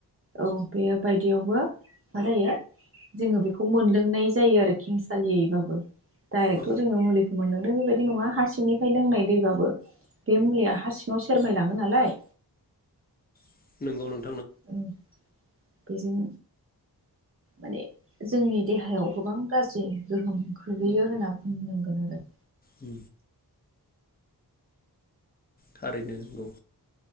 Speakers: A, on the right; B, on the left.
A: औ बेबायदियावबो मा जायो जोङो बेखौ मोनलोंनाय जायो आरो खिंसालियैबाबो। डाइरेक्थ'
B: औ
A: जो मुलिखौ मोनलोदों। बेबायदि नङा हासिंनिफ्राय लोंनाय दैबाबो। बे मुलिया हा सिङाव सेरमायलाङो नालाय।
B: नोंगौ।
A: उम। बेजों। माने जोंनि देहायाव गोबां गाज्रि गोहोम खोलैयो होनना बुंनांगोन आरो।
B: उ। थारैनो नंगौ।